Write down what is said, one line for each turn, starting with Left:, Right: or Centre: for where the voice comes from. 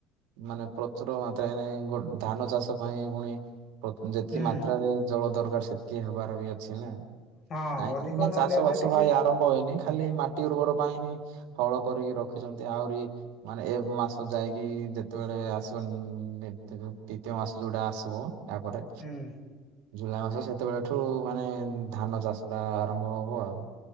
Right: ମାନେ ପ୍ରଚୁର ମାତ୍ରାରେ ଗୋ ଧାନ ଚାଷ ପାଇଁ ପୁଣି ଯେତକି
Left: ହୁଁ
Right: ମାତ୍ରାରେ ଜଳ ଦରକାର ସେତକି ହବାର ବି ଅଛି ନା।
Left: ହଁ
Right: ନାଇଁ
Left: ଅଧିକ
Right: ଏଇନା
Left: ନହେଲେ
Right: ଚାଷ
Left: ଏବେ
Right: ବାସ
Left: ଟିକେ
Right: ଭାଇ ଆରମ୍ଭ ହେଇନି ଖାଲି ମାଟି ଉର୍ବର ପାଇଁ ହିଁ ହଳ କରିକି ରଖିଛନ୍ତି ଆଉରି ମାନେ ଏ ମାସ ଯାଇକି ଯେତେବେଳେ ଆସିବ ଉଁ ଦିତୀ ଦି ଦିତୀୟ ମାସ ଯୋଉଟା ଆସିବ ତାପରେ
Left: ହୁଁ।
Right: ଜୁଲାଇ ମାସ ସେତେବେଳେ ଠୁ ମାନେ ଧାନ ଚାଷଟା ଆରମ୍ଭ ହବ ଆଉ।